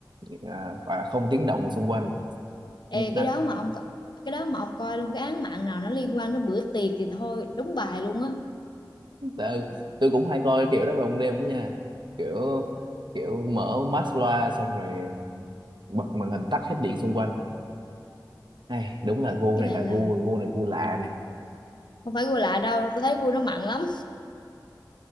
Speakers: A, on the right; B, on the left.
A: à, và không tiếng động xung quanh
B: Ê,
A: nhức nách
B: cái đó mà ông co- cái đó mà ông coi luôn cái án mạng nào nó liên quan đến bữa tiệc thì thôi đúng bài luôn á.
A: Tại, ừ, tôi cũng hay coi kiểu đó vào ban đêm lắm nha kiểu kiểu mở mắt loa xong rồi bật màn hình tắt hết điện xung quanh hay đúng là gu
B: Cái
A: này
B: này
A: là
B: là
A: gu gu này gu lạ này
B: không phải gu lạ đâu, tôi thấy gu nó mặn lắm.